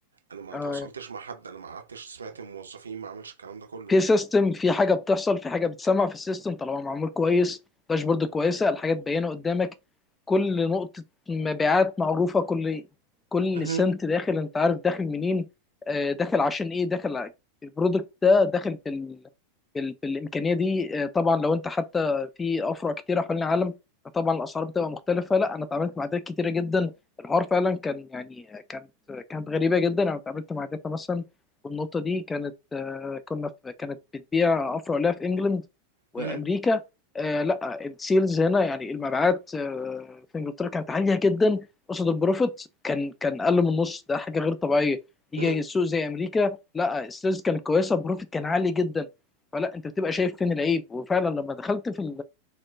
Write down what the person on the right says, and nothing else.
أنا ما
تواصلتش مع حد أنا ما قعدتش سمعت من موظفين ما عملش الكلام ده كله
مهم.
مم.
مم.